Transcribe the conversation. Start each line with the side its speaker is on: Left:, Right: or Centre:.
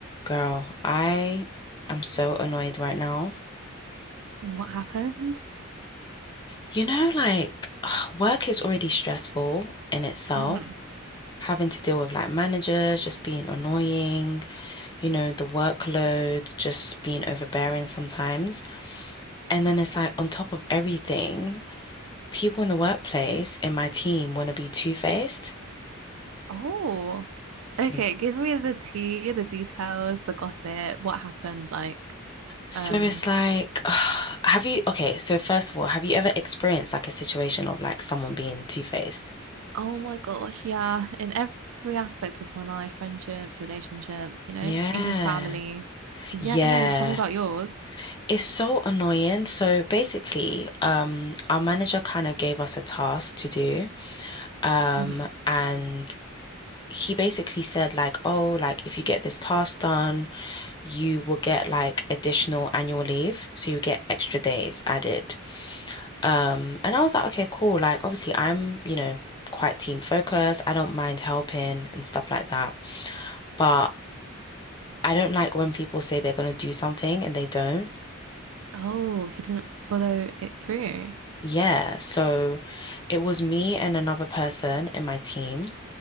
Left: Girl, I am so annoyed right now.
Right: What happened?
Left: You know, like <sighs> work is already stressful in itself,
Right: hmm
Left: having to deal with like managers just being annoying, you know, the workload just being overbearing sometimes. And then it's like on top of everything, people in the workplace in my team want to be two-faced. <laughs>
Right: Oh, okay.
Left: Hmm.
Right: Give me the tea, the details, the gossip. What happened? Like,
Left: So
Right: um,
Left: it's like, <sighs> have you, okay, so first of all, have you ever experienced like a situation of like someone being two-faced?
Right: oh my gosh, yeah. In ev- every aspect of my life, friendships, relationships, you know,
Left: Yeah.
Right: even family. But
Left: Yeah,
Right: yeah, no. Tell me about yours.
Left: it's so annoying. So basically, um, our manager kind of gave us a task to do. Um,
Right: hmm
Left: and he basically said like, oh, like if you get this task done, you will get like additional annual leave. So you get extra days added. Um, and I was like, okay, cool. Like obviously I'm, you know, quite team focused. I don't mind helping and stuff like that. But I don't like when people say they're gonna do something and they don't.
Right: Oh, he didn't follow it through.
Left: Yeah, so it was me and another person in my team.